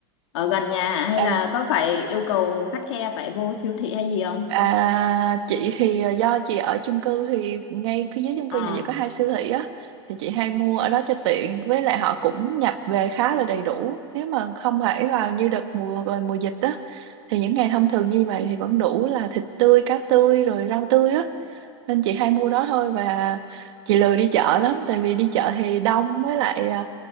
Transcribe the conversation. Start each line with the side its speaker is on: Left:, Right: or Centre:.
Left: Ở gần nhà à? hay
Right: à,
Left: là có phải yêu cầu khắt khe phải vô siêu thị hay gì không?
Right: à chị thì ờ, do chị ở chung cư thì ngay phía dưới chung
Left: Ờ.
Right: cư nhà chị có hai siêu thị á thì chị hay mua ở đó cho tiện với lại họ cũng nhập về khá là đầy đủ nếu mà không phải vào như đợt mùa rồi mùa dịch á thì những ngày thông thường như vậy thì vẫn đủ là thịt tươi cá tươi rồi rau tươi á nên chị hay mua đó thôi và chị lười đi chợ lắm tại vì đi chợ thì đông với lại à,